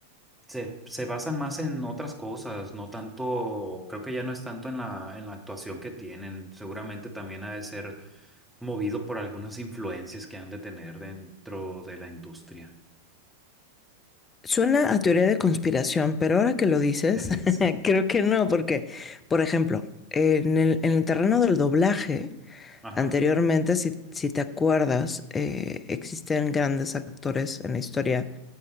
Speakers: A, in the centre; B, on the left (about 20°).
A: se, se basan más en otras cosas, no tanto, creo que ya no es tanto en la, en la actuación que tienen, seguramente también ha de ser movido por algunas influencias que han de tener dentro de la industria.
B: Suena a teoría de conspiración, pero ahora que lo dices,
A: <laughs> Sí.
B: <laughs> creo que no, porque, por ejemplo, en el, en el terreno del doblaje,
A: Ajá.
B: Anteriormente, si, si te acuerdas, eh, existen grandes actores en la historia